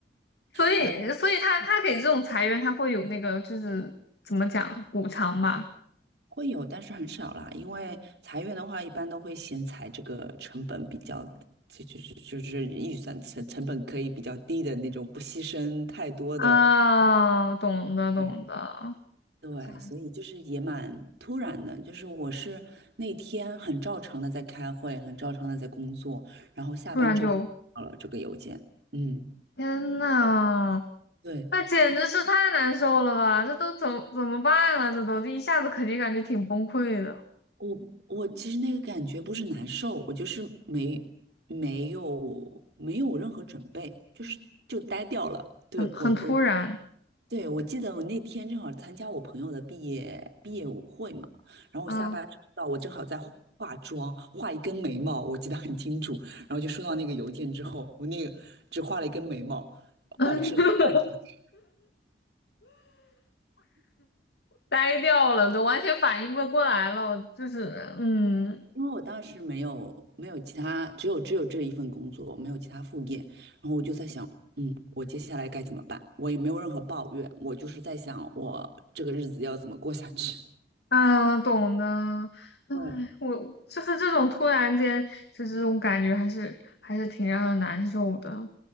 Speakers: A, on the left; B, on the right.
A: 所以所以他他给这种裁员，
B: 呃，
A: 他会有那个就是怎么讲补偿吧？
B: 会有，但是很少啦，因为裁员的话，一般都会先裁这个成本比较，就就是预算成成本可以比较低的那种，不牺牲太多的。
A: 啊，懂的懂的，
B: 对对，
A: 哎
B: 所以就是也蛮突然的，就是我是那天很照常的在开会，很照常的在工作，然后下班之后收到了这个邮件，
A: 突然就
B: 嗯。
A: 天呐！
B: 对，
A: 那简直是太难受了吧！这都怎么怎么办啊？这都这一下子肯定感觉挺崩溃的，
B: 我我其实那个感觉不是难受，我就是没没有没有任何准备，就是就呆掉了。对我我
A: 很很突然
B: 对我记得我那天正好参加我朋友的毕业毕业舞会嘛，然后我下班收到我正好在化妆，
A: 啊，
B: 画一根眉毛，我记得很清楚。然后就收到那个邮件之后，我那个只画了一根眉毛，
A: <laughs>
B: 保持了一个半小时。
A: 呆掉了，都完全反应不过来了。就是嗯
B: 因为我当时没有没有其他，只有只有这一份工作，没有其他副业，然后我就在想，嗯，我接下来该怎么办？我也没有任何抱怨，我就是在想我这个日子要怎么过下去。<laughs>
A: 啊，懂的。唉，
B: 对
A: 我就是这种突然间就这种感觉，还是还是挺让人难受的。